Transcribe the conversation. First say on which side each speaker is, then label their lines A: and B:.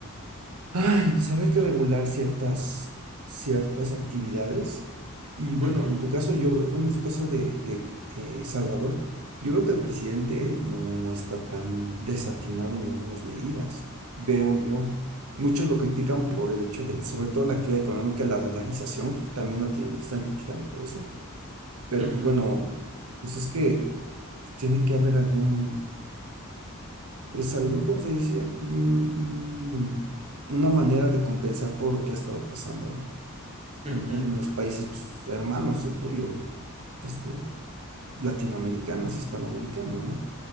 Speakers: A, on the right; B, on the right.
A: Ay, pues habría que regular ciertas, ciertas actividades. Y bueno,
B: Ujú,
A: en tu caso, yo, bueno, en su caso de, de, eh, Salvador, yo veo que el presidente no está tan desatinado en algunas medidas. Veo yo. Muchos lo critican por el hecho de, sobre todo la actividad económica, la dolarización, porque también lo tienen- están criticando por eso. Pero
B: ujú,
A: pues bueno, pues es que tiene que haber algún, pues algún, ¿cómo se dice? Mm, mm, una manera de compensar todo lo que ha estado pasando en,
B: ujú,
A: en, en los países pues, hermanos, el tuyo, este, latinoamericanos, hispanoamericanos, ¿no?